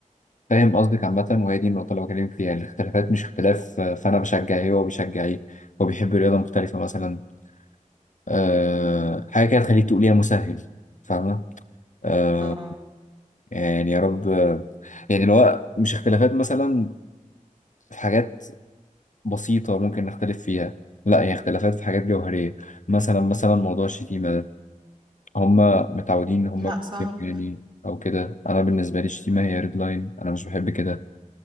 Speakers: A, on the left; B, on the right.
A: فاهم قصدك عامة وهي دي النقطة اللي بكلمك فيها الاختلافات مش اختلاف آه، فأنا بشجع إيه وهو بيشجع إيه هو بيحب رياضة مختلفة مثلا أه حاجة كده تخليك تقول يا مسهل فاهمة أه
B: آه،
A: يعني يا رب آه، يعني لو هو مش اختلافات مثلا في حاجات بسيطة ممكن نختلف فيها لا هي اختلافات في حاجات جوهرية مثلا مثلا موضوع الشتيمة ده هما متعودين إن هما
B: لا صعب
A: بيشتموا يعني أو كده أنا بالنسبة لي الشتيمة هي ريد لاين أنا مش بحب كده